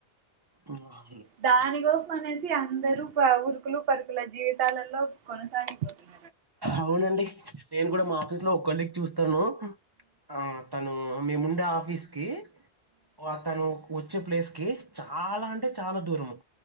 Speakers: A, on the right; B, on the right.
A: ఆ
B: దాని కోసం అనేసి అందరూ ఉరుకులు పరుకుల జీవితాలలో కొనసాగిపోతారు
A: అవునండి నేను కూడా మా ఆఫీస్ లో ఒ కొలీగ్ చూస్తాను అతను మేముండే ఆఫీస్ కి అతను వచ్చే ప్లేస్ కి చాలా అంటే చాలా దూరము